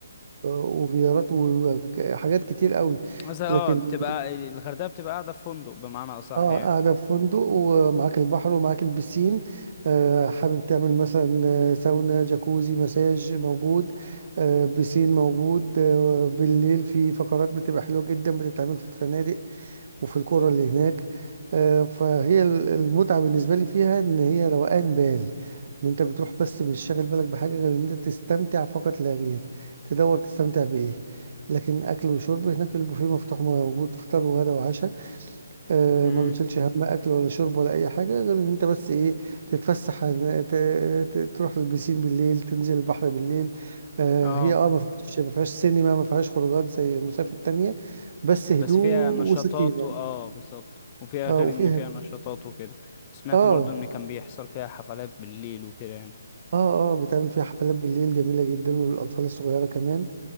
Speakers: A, on the right; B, on the left.
A: وغيارات وحاجات كتير قوي
B: مثلا
A: لكن
B: اه بتبقى الغردقة بتبقى قاعدة في فندق بمعنى اصح
A: اه
B: يعني
A: قاعدة في فندق ومعاك البحر ومعاك البسين آه حابب تعمل مثلا آه، ساونا جاكوزي مساج موجود آه بسين موجود آه بالليل في فقرات بتبقى حلوة جدا بتتعمل في الفنادق وفي القرى اللي هناك آه فهي ال- المتعة بالنسبة لي فيها ان هي روقان بال ان انت بتروح بس مش شاغل بالك بحاجة غير ان انت تستمتع فقط لا غير تدور تستمتع بإيه لكن اكل وشرب هناك البوفيه مفتوح موجود فطار وغدا وعشاء آه،
B: امم
A: ما بتشيلش هم اكل ولا شرب ولا اي حاجه غير ان انت بس ايه تتفسح عن- ت- ت- تروح البسين بالليل تنزل البحر بالليل آه،
B: اه
A: هي اه ما فيهاش ما فيهاش سينما ما فيهاش خروجات زي المصايف التانية بس هدوء
B: بس فيها نشاطات
A: وسكينه
B: و... اه بالظبط وفيها
A: اه
B: غير
A: وفيها
B: ان فيها نشاطات وكده سمعت
A: اه
B: برضو ان كان بيحصل فيها حفلات بالليل وكده يعني
A: اه اه بتعمل فيها حفلات بالليل جميله جدا وللاطفال الصغيره كمان